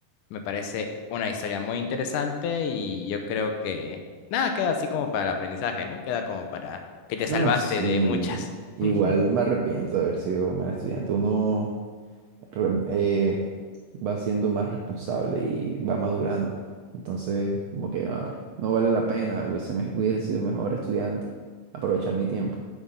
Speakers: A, on the left; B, on the right.
A: Me parece una historia muy interesante y yo creo que nada, queda así como para el aprendizaje, ¿no? Queda como para que te
B: No,
A: salvaste
B: sí,
A: de muchas.
B: igual
A: <laughs>
B: me arrepiento de haber sido mal estudiante. Uno re- eh, va siendo más responsable y va madurando. Entonces, como que ah, no vale la pena, hubiese, me- hubiese sido mejor estudiante, aprovechar mi tiempo,